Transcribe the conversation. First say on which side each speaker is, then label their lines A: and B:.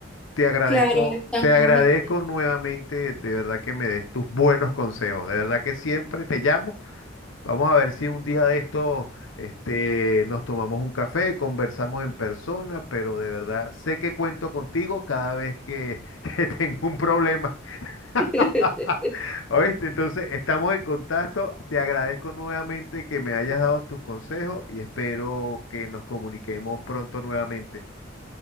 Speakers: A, on the left; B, in the centre.
A: te agradezco,
B: claro, estamos
A: te agradezco
B: en...
A: nuevamente, de verdad que me des tus buenos consejos, de verdad que siempre te llamo Vamos a ver si un día de esto, este, nos tomamos un café, conversamos en persona, pero de verdad sé que cuento contigo cada vez que, <laughs> que tengo un problema. <laughs>
B: <laughs>
A: ¿Oíste? Entonces, estamos en contacto. Te agradezco nuevamente que me hayas dado tus consejos y espero que nos comuniquemos pronto nuevamente.